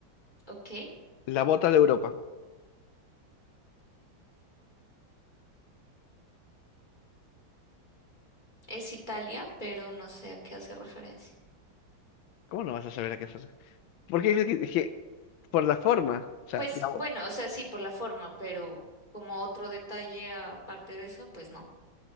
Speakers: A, on the left; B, on the left.
A: ¿ok?
B: La bota de Europa.
A: Es Italia, pero no sé a qué hace referencia.
B: ¿Cómo no vas a saber a qué hace? Porque dices que, que por la forma, o sea,
A: Pues
B: la, bo-
A: bueno, o sea, sí, por la forma, pero como otro detalle aparte de eso, pues no.